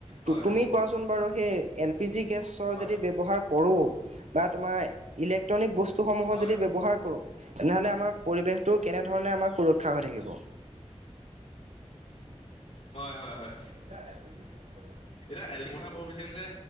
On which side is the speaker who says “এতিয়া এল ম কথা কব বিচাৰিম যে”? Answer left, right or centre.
Left